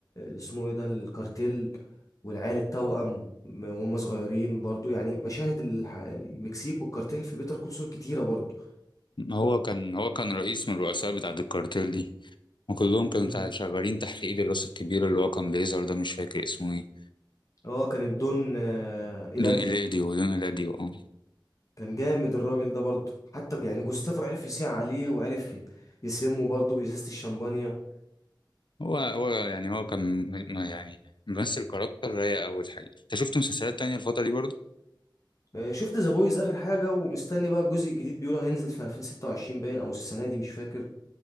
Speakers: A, on the left (about 40°); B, on the left (about 70°).
A: اسمه ايه ده الكارتيل والعيال التوأم وهم صغيرين برضو يعني مشاهد الح- المكسيك والكارتيل في بيتر كول سول كتيرة برضو
B: هو كان هو كان رئيس من الرؤساء بتاعة الكارتيل دي وكلهم كانوا
A: مم.
B: تع- شغالين تحت إيد الراس الكبير اللي هو كان بيظهر ده مش فاكر اسمه إيه
A: اه كان الدون آه، إيلاديو
B: دون إيلاديو دون إيلاديو أه
A: كان جامد الراجل ده برضه حتى يعني جوستافو عرف يسيع عليه وعرف ي- يسمه برضه بإزازة الشمبانيا
B: هو هو يعني هو كان م- م- يعني ممثل كاركتر رايق أوي الحقيقة أنت شفت مسلسلات تانية الفترة دي برضه؟
A: آه، شفت ذا بويز آخر حاجة ومستني بقى الجزء الجديد بيقولوا هينزل في 2026 باين أو السنة دي مش فاكر